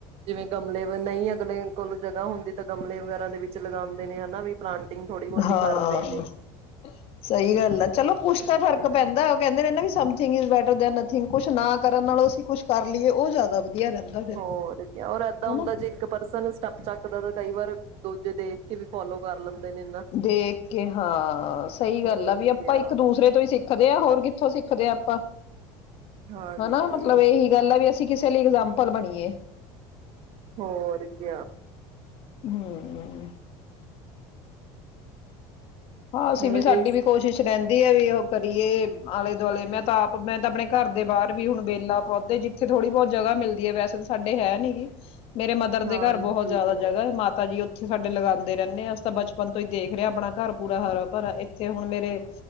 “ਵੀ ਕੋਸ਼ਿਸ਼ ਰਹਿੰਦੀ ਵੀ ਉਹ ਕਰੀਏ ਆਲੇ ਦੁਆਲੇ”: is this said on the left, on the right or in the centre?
Left